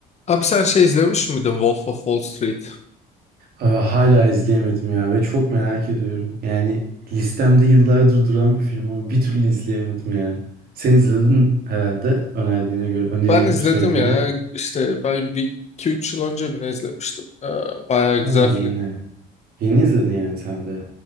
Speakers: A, on the left; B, on the right.
A: Abi sen şey izlemiş miydin Wolf of Wall Street?
B: Aa, hala izleyemedim ya ve çok merak ediyorum. Yani listemde yıllardır duran bir film ama bir türlü izleyemedim ya. Sen izledin herhalde önerdiğine göre. Önerir
A: Ben
B: gibi
A: izledim
B: söyledim
A: ya
B: bir.
A: işte ben bir iki üç yıl önce mi ne izlemiştim. Ee, bayağı güzel
B: Ha yeni.
A: film.
B: Yeni izledin yani sen de.